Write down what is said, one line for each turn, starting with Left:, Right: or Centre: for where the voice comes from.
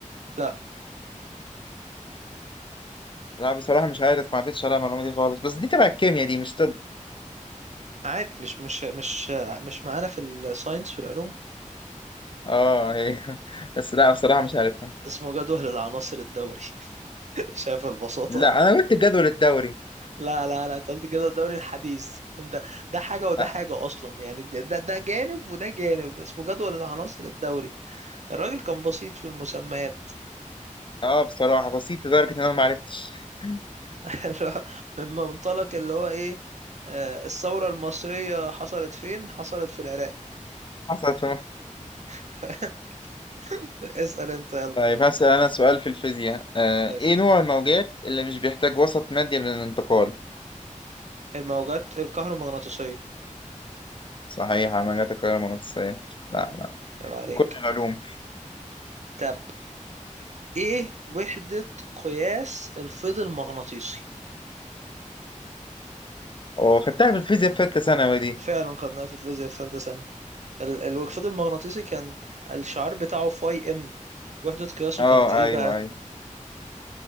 Right: لا
Left: لا بصراحة مش عارف ما عدتش عليها المعلومة دي خالص بس دي تبع الكيمياء دي مش طب
Right: عادي مش مش مش مش معانا في الساينس في العلوم
Left: اه هي <laughs> بس لا بصراحة مش عارفها
Right: اسمه جدول العناصر الدوري <laughs> شايف البساطة
Left: لا انا قلت الجدول الدوري
Right: لا لا لا انت قلت الجدول الدوري الحديث انت ده حاجة وده
Left: اه
Right: حاجة اصلا يعني ده ده ده جانب وده جانب اسمه جدول العناصر الدوري الراجل كان بسيط في المسميات
Left: آه، بصراحة بسيط لدرجة ان انا ما عرفتش <laughs>
Right: <laughs> اللي هو من منطلق اللي هو ايه آه، الثورة المصرية حصلت فين حصلت في العراق
Left: حصلت
Right: <laughs> اسأل انت يلا
Left: طيب هسأل أنا سؤال في الفيزياء آه،
Right: اسأل
Left: إيه نوع الموجات اللي مش بيحتاج وسط مادي للانتقال؟
Right: الموجات الكهرومغناطيسية
Left: صحيحة موجات القاهرة المغناطيسية لا
Right: مم.
Left: لا
Right: طب عليك
Left: في كل العلوم
Right: طب ايه وحدة قياس الفيض المغناطيسي
Left: أو خدتها في الفيزياء في ثالثة ثانوي دي
Right: فعلا خدناها في الفيزياء في ثالثة ثانوي ال- ال- الفيض المغناطيسي كان الشعار بتاعه فاي ام وحدة قياسه
Left: أه
Right: كانت ايه
Left: أيوه
Right: بقى
Left: أيوه